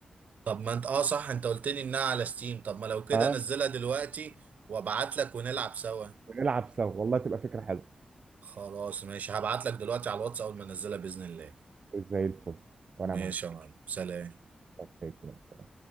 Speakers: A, on the right; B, on the right.
A: طب ما انت اه صح انت قلت لي انها على ستيم طب ما لو كده
B: اه
A: نزلها دلوقتي وابعت لك ونلعب سوا
B: ونلعب سوا والله تبقى فكره حلوه
A: خلاص ماشي هبعت لك دلوقتي على الواتس اول ما انزلها باذن الله
B: زي الفل وانا
A: ماشي
B: معاك
A: يا معلم سلام
B: طيب،